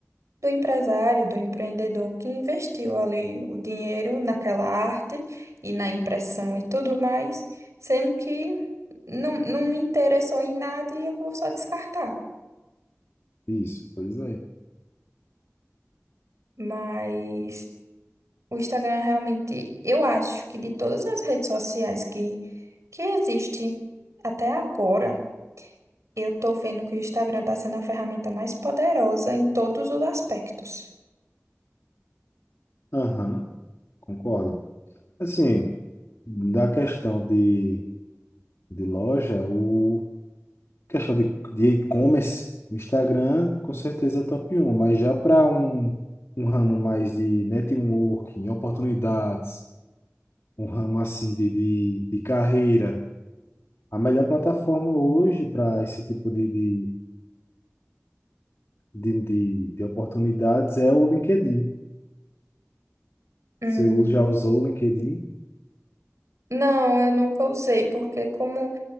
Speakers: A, on the right; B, on the left.
A: do empresário, do empreendedor que investiu ali o dinheiro naquela arte e na impressão e tudo mais, sendo que não, não me interessou em nada e eu vou só descartar.
B: isso, pois é.
A: Mas o Instagram realmente, eu acho que de todas as redes sociais que, que existe até agora, Eu tô vendo que o Instagram está sendo a ferramenta mais poderosa em todos os aspectos.
B: Aham, concordo. Assim, da questão de, de loja, o questão de, de e-commerce, o Instagram, com certeza é top um. mas já para um, um ramo mais de networking, oportunidades, um ramo assim de, de, de carreira, a melhor plataforma hoje para esse tipo de, de, de, de, de oportunidades é o LinkedIn.
A: Hum.
B: Você usa- já usou o LinkedIn?
A: Não, eu nunca usei, porque como